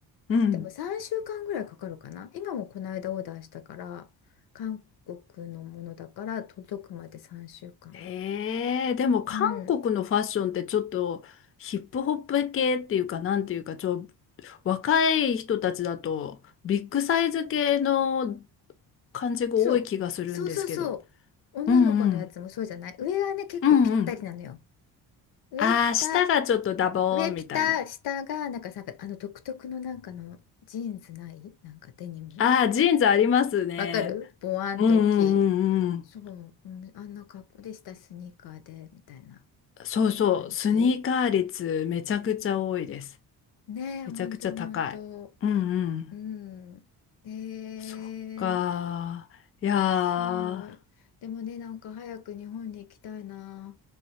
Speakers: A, on the left; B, on the left.
A: うん。
B: でも3週間ぐらいかかるかな。今もこの間オーダーしたから韓国のものだから届くまで3週間。
A: ええでも韓国のファッションってちょっとヒップホップ系っていうかなんていうかちょ
B: うん、
A: 若い人たちだとビッグサイズ系の感じが多い気がするんですけど
B: そうそうそうそう女の子のやつもそうじゃない上はね結構ぴったりなのよ。
A: うんうん。うんうん。
B: 上ピタ
A: ああ下がちょっとダボーンみたいな
B: 上ピタ、下が、なんかさ、あの独特のなんかのジーンズないなんかデニム。
A: ああジーンズありますね
B: わかるボワンと大きい。
A: うんうんうんうん
B: そう、うん、あんな格好でした、スニーカーで、みたいな
A: そうそうスニーカー率めちゃくちゃ多いです
B: 感じ。ねえ、
A: めちゃくちゃ高いうんうん。
B: ほんとほんと。うん。えー、
A: そっか。いやー。あ
B: そう。でもね、なんか早く日本に行きたいな。